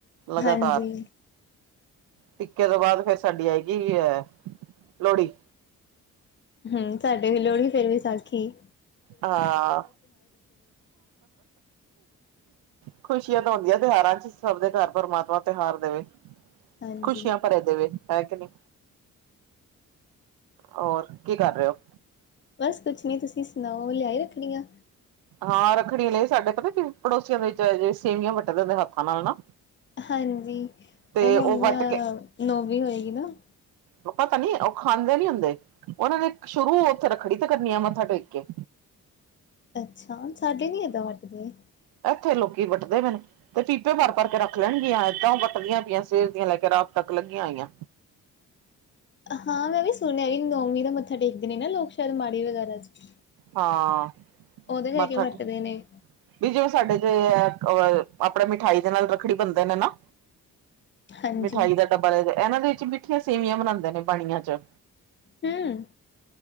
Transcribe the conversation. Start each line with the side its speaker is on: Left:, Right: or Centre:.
Right: ਲਗਾਤਾਰ।
Left: ਹਾਂਜੀ
Right: ਟਿੱਕੇ ਤੋਂ ਬਾਦ ਫਿਰ ਸਾਡੀ ਆਏਗੀ ਅ ਲੋਹੜੀ।
Left: ਹੂੰ, ਸਾਡੇ ਵੀ ਲੋਹੜੀ ਫੇਰ ਵੇਸਾਖੀ।
Right: ਆਂ ਖੁਸ਼ੀਆਂ ਤਾਂ ਆਉਂਦੀਆਂ ਤੇ ਹੈਨਾ ਸਬ ਦੇ ਘਰ ਪਰਮਾਤਮਾ ਤਿਉਹਾਰ ਦੇਵੇ।
Left: ਹਾਂਜੀ
Right: ਖੁਸ਼ੀਆਂ ਭਰਿਆ ਦੇਵੇ ਹੈ ਕਿ ਨੀ, ਹੋਰ ਕੀ ਕਰ ਰੇ ਓ?
Left: ਬਸ ਕੁਛ ਨੀ ਤੁਸੀਂ ਸੁਣਾਓ ਲਿਆਈ ਰੱਖੜੀਆਂ।
Right: ਹਾਂ ਰੱਖੜੀਆਂ ਲਏ ਸਾਡੇ ਪਤਾ ਕੀ ਪੜੋਸੀਆਂ ਦੇ ਵਿੱਚ ਜੇ ਸੇਵੀਆਂ ਵੱਟਦੇ ਹੁੰਦੇ ਆ ਹੱਥਾਂ ਨਾਲ ਨਾ
Left: ਹਾਂਜੀ,
Right: ਤੇ
Left: ਓ ਹੁਣ
Right: ਉਹ ਵੱਟ ਕੇ
Left: ਨੌਵੀਂ ਹੋਏਗੀ ਨਾ।
Right: ਓ ਪਤਾ ਨੀ ਓ ਖਾਂਦੇ ਨੀ ਹੁੰਦੇ। ਓਨਾਂ ਨੇ ਸ਼ੁਰੂ ਓੱਥੇ ਰਖੜੀ ਤੇ ਕਰਨੀ ਆ ਮੱਥਾ ਟੇਕ ਕੇ।
Left: ਅੱਛਾ! ਸਾਡੇ ਨੀ ਏਦਾਂ ਵਟਦੇ।
Right: ਐੱਥੇ ਲੋਕੀ ਵੱਟਦੇ ਪਏਨ। ਓ ਪੀਪੇ ਭਰ-ਭਰ ਕੇ ਰੱਖ ਲੈਣਗੀਆਂ ਇਦਾਂ ਵਟਦੀਆਂ ਪਈਆਂ ਸਵੇਰ ਦੀਆਂ ਲੈ ਕੇ ਰਾਤ ਤੱਕ ਲੱਗੀਆਂ ਹੋਈਆਂ।
Left: ਹਾਂ ਮੈਂ ਵੀ ਸੁਣਿਆ ਵੀ ਨੌਵੀਂ ਦਾ ਮੱਥਾ ਟੇਕਦੇ ਨੇ ਨਾ ਲੋਕ। ਚੱਲ ਮਾੜੀ ਵੇ ਗੱਲ ਏਚ
Right: ਹਾਂ
Left: ਓਦੇ ਲਈ
Right: ਮੱਥਾ
Left: ਕੀ ਵਟਦੇ
Right: ਟੇਕ
Left: ਨੇ।
Right: ਵੀ ਜੇ ਓ ਸਾਡੇ ਤੇ ਐ ਅਪਨੇ ਮਿਠਾਈ ਦੇ ਨਾਲ ਰੱਖੜੀ ਬੰਨਦੇ ਨੇ ਨਾ।
Left: ਹਾਂਜੀ,
Right: ਮਿਠਾਈ ਦਾ ਡੱਬਾ ਲੈਜੇ, ਐਨਾਂ ਦੇ ਵਿੱਚ ਮਿੱਠੀਆਂ ਸੇਵੀਆਂ ਬਨਾੰਦੇ ਨੇ ਬਾਨੀਆਂ ਚ
Left: ਹੂੰ।